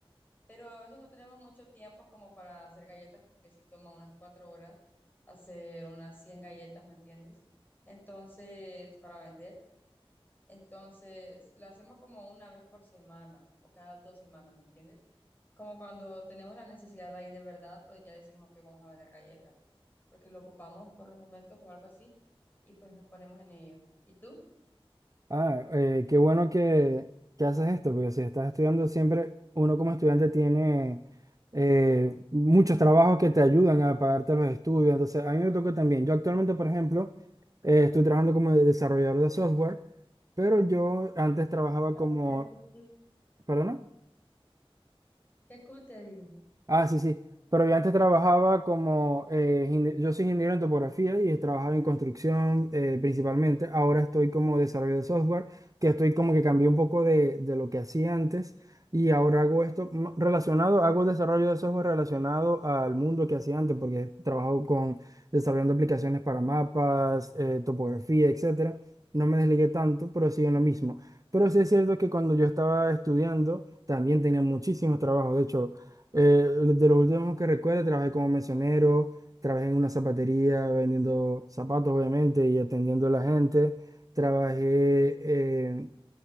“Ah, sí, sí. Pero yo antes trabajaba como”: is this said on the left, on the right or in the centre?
Right